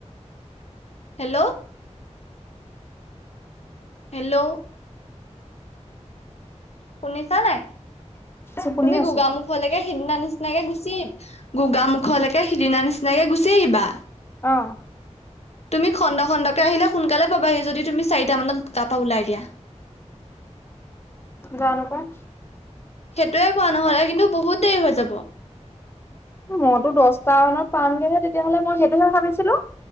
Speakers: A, on the left; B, on the left.
A: হেল্ল'। হেল্ল'। শুনিছা নাই,
B: শুনি
A: তুমি
B: আছো
A: গোগামুখ গোগমুখলৈকে সিদিনা নিচিনাকে গুচি, গোগা মুখলৈকে সিদিনা নিচিনাকে গুচি আহিবা।
B: অঁ।
A: তুমি খণ্ড খণ্ডকে আহিলে সোনকালে পাবাহি যদি তুমি চাৰিটা মানত তাপা ওলাই দিয়া।
B: জানো পায়।
A: সেইটোৱে কোৱা নহলে কিন্তু বহুত দেৰি হৈ যাব।
B: মইতো দছটা মানত পামগেহে তেতিয়াহ'লে মই সেইটোহে ভাবিছিলো।